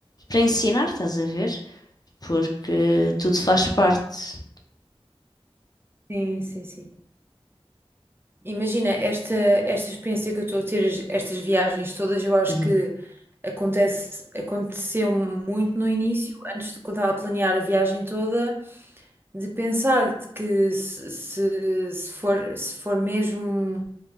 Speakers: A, on the left; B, on the right.
A: para ensinar, estás a ver? Porque tudo faz parte.
B: sim, sim, sim. Imagina, esta, esta experiência que eu estou a ter, as- estas viagens todas, eu acho
A: Uhum.
B: que acontece, aconteceu muito no início, antes de quando estava a planear a viagem toda, de pensar de que se, se, se for, se for mesmo.